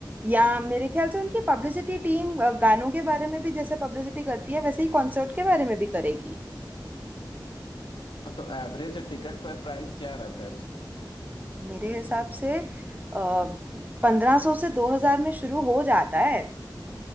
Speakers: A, on the right; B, on the left.
A: या मेरे ख्याल से उनकी पब्लिसिटी टीम गानों के बारे में भी जैसे पब्लिसिटी करती है वैसे ही कॉन्सर्ट के बारे में भी करेगी
B: हाँ, तो एवरेज टिकट पर प्राइस क्या रहता है उस पे
A: मेरे हिसाब से पंद्रह सौ से दो हजार में शुरू हो जाता है